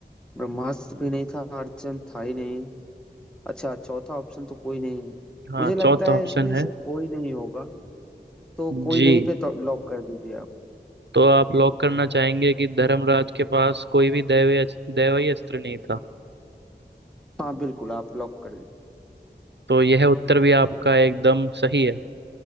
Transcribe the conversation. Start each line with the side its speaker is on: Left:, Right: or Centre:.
Centre: ब्रह्मास्त्र भी नहीं था अर्धचंद्र था ही नहीं अच्छा चौथा ऑप्शन तो कोई नहीं है
Right: हाँ
Centre: मुझे लगता
Right: चौथा
Centre: है
Right: ऑप्शन
Centre: इसमें
Right: है
Centre: से कोई नहीं होगा तो कोई
Right: जी
Centre: नहीं पे तो लॉक कर दीजिए आप
Right: तो आप लॉक करना चाहेंगे कि धर्मराज के पास कोई भी दैवीय दैवीय अस्त्र नहीं था
Centre: हाँ बिल्कुल आप लॉक कर दीजिए
Right: तो यह उत्तर भी आपका एकदम सही है